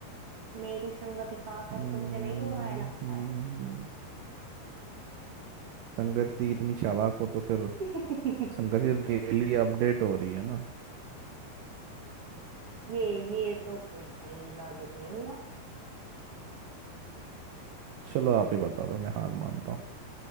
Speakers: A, on the right; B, on the right.
A: मेरी संगति का असर
B: हम्म
A: तुम पे नहीं हो रहा है लगता
B: हम्म,
A: है
B: संगति इतनी चालाक हो तो फिर
A: <laughs>
B: संगति डेली अपडेट हो रही है ना
A: ये ये तो कोई सही लॉजिक नहीं हुआ
B: चलो आप ही बता दो मैं हार मानता हूँ